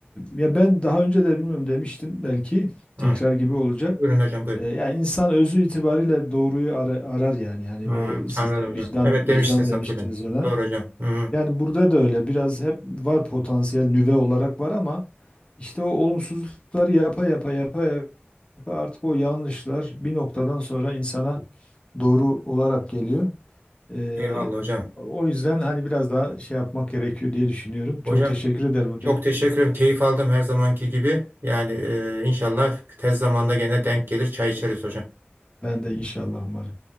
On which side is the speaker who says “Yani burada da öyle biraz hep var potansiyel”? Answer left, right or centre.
Left